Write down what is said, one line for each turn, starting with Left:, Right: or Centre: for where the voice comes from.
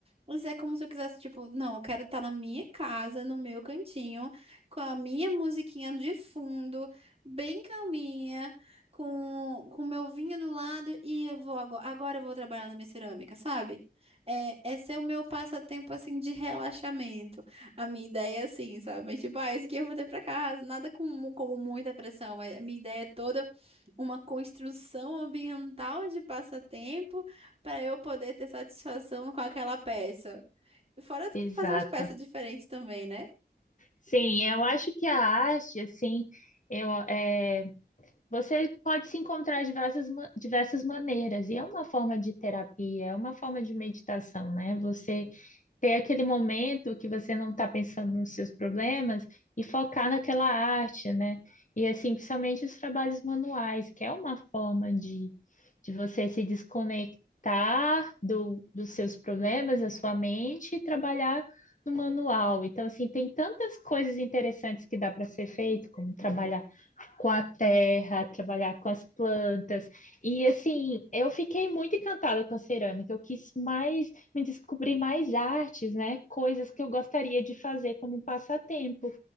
Right: Mas é como se eu quisesse, tipo, não, eu quero estar na minha casa, no meu cantinho, com a minha musiquinha de fundo, bem calminha, com com o meu vinho do lado, e eu vou agora, agora eu vou trabalhar na minha cerâmica, sabe? É, esse é o meu passatempo, assim, de relaxamento. A minha ideia é assim, sabe? Mas tipo, ah, esse aqui eu vou ter pra casa. Nada com, como muita pressão. mas A minha ideia é toda uma construção ambiental de passatempo para eu poder ter satisfação com aquela peça. Fora
Left: Exato.
Right: fazer umas peças diferentes também, né?
Left: Sim, eu acho que a arte, assim, eu, é, Você pode se encontrar de diversas, ma- diversas maneiras, e é uma forma de terapia, é uma forma de meditação, né? Você ter aquele momento que você não está pensando nos seus problemas e focar naquela arte, né? E assim, principalmente os trabalhos manuais, que é uma forma de, de você se desconectar do, dos seus problemas, da sua mente, e trabalhar no manual. Então, assim, tem tantas coisas interessantes que dá para ser feito, como trabalhar com a terra, trabalhar com as plantas. E assim, eu fiquei muito encantada com a cerâmica. Eu quis mais me descobrir mais artes, né? Coisas que eu gostaria de fazer como um passatempo.